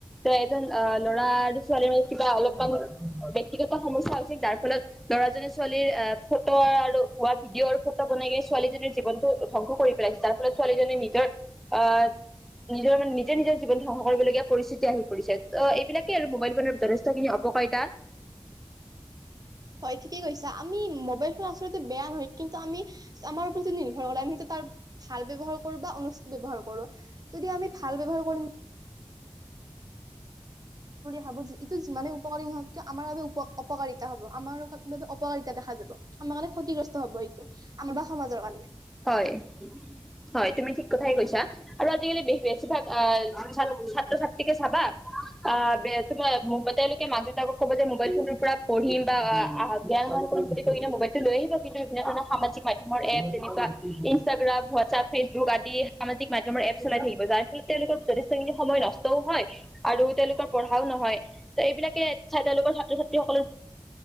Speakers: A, in the centre; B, on the right.
A: ত এজন অ ল'ৰা আৰু ছোৱালীৰ মাজত কিবা অলপমান ব্যক্তিগত সমস্য হৈছিল যাৰ ফলত ল'ৰাজনে ছোৱালীৰ এ ফটো আৰু হ ভিডিঅ' আৰু ফটো বনাই কিনে ছোৱালীজনীৰ জীৱনটো ধ্বংস কৰি পেলাইছে যাৰ ফলত ছোৱালীজনীয়ে নিজৰ আহ নিজৰ মানে নিজৰ নিজৰ জীৱন ধ্বংস কৰিবলগীয়া পৰিস্থিতি আহি পৰিছে ত এইবিলাকেই আৰু মোবাইল ফোনৰ যথেষ্ট খিনি অপকাৰিতা
B: হয় ঠিকে কৈছা আমি মোবাইল ফোন আচলতে বেয়া নহয় কিন্তু আমি আমাৰ ওপৰত যদি নিৰ্ভৰ কৰে আমি সেইটো তাৰ ভাল ব্যৱহাৰ কৰো বা অনুচত ব্যৱহাৰ কৰো যদি আমি ভাল ব্যৱহাৰ কৰিম হাব ইটো যিমানে উপকাৰী নহওক কিয় আমাৰ বাবে অপকাৰিতা হব আমাৰ বাবে অপকাৰিতা দেখা যাব আমাৰ কাৰণে ক্ষতিগ্ৰস্ত হব এইটো আমাৰ বা সমাজৰ কাৰণে
A: হয় হয় তুমি ঠিক কথাই কৈছা আৰু আজিকালি বেছিভাগ ছাত্ৰ ছাত্ৰীকে চাবা আহ তমাৰ তেওঁলোকে মাক দেউতাকক ক'ব যে মোবাইল ফোনটোৰ পৰা পঢ়িম বা জ্ঞান আহৰণ কৰিম বুলি কি মোবাইলটো লৈ আহিবা কিন্তু বিভিন্ন ধৰণৰ সাজিক মাধ্যমৰ এপ তেনেকুৱা ইনষ্টাগ্ৰাম হোৱাটছআাপ ফেচবুক আদি সামাজিক মাধ্যমৰ এপ চলাই থাকিব যাৰ ফলত তেওঁলোকৰ যথেষ্টখিনি সময় নষ্টও হয় আৰু তেওঁলোকৰ পঢ়াও নহয় ত এইবিলাকে চাই তেওঁলোকৰ ছাত্ৰ ছাত্ৰীসকলৰ